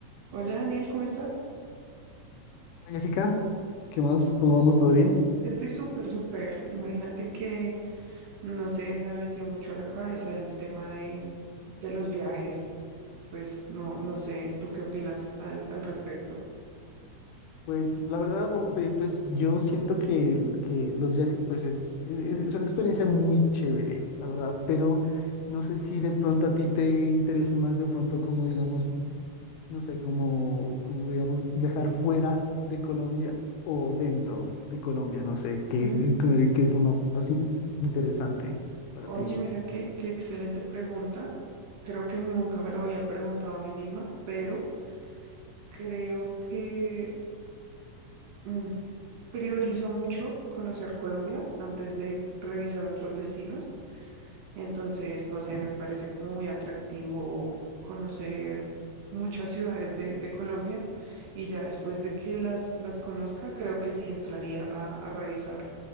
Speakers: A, on the right; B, on the left.
A: Hola Daniel, ¿cómo estás?
B: Hola, Jessica, ¿qué más? ¿Cómo vamos? ¿Todo bien?
A: Estoy súper, súper. Imagínate que, no sé, se me metió mucho a la cabeza el tema de, de los viajes. Pues no, no sé, ¿tú qué opinas al, al respecto?
B: Pues la verdad, o- ve, pues yo siento que, el- que los viajes pues es, es, es una experiencia muy chévere, la verdad, pero no sé si de pronto a ti te interese más de pronto como digamos, no sé, como, como digamos viajar fuera de Colombia o dentro de Colombia, no sé, qué,
A: Mm,
B: qué es lo más in- interesante para
A: Oye,
B: ti.
A: mira qué, qué excelente pregunta. Creo que nunca me lo había preguntado a mí misma, pero creo que mm, priorizo mucho conocer Colombia antes de revisar otros destinos. Entonces, no sé,
B: ¿no?
A: me parece como muy atractivo conocer muchas ciudades de, de Colombia y ya después de que las, las conozca, creo que sí entraría a, a revisar